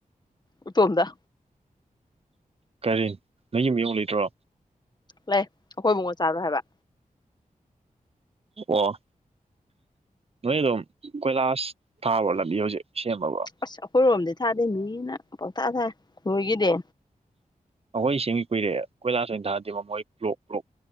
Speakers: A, on the left; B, on the right.
A: ꯎ ꯇꯣꯟꯗ
B: ꯀꯔꯤ ꯅꯪꯒꯤ ꯃꯑꯣꯡ ꯂꯩꯇ꯭ꯔꯣ
A: ꯂꯩ ꯑꯩꯈꯣꯏꯕꯨꯡꯉ ꯆꯥꯔꯣꯏ ꯍꯥꯏꯕ
B: ꯑꯣ ꯅꯣꯏ ꯑꯗꯨꯝ ꯀꯣꯏꯂꯥꯁ ꯊꯥꯕ ꯂꯝꯕꯤ ꯍꯧꯖꯤꯛ ꯁꯦꯝꯃꯕ꯭ꯔꯣ
A: ꯑꯁ ꯑꯩꯈꯣꯏꯔꯣꯝꯗꯤ ꯊꯥꯗꯦ ꯃꯤꯅ ꯄꯊꯁꯦ ꯍꯣꯏꯒꯤꯗꯦ
B: ꯑꯩꯈꯣꯏ ꯁꯦꯝ ꯀꯨꯏꯔꯦ ꯑꯩꯈꯣꯏ ꯂꯥꯁ ꯑꯣꯏꯅ ꯊꯥꯔꯗꯤ ꯃ ꯃꯣꯏ ꯕ꯭ꯂꯣꯛ ꯭ꯂꯣꯛ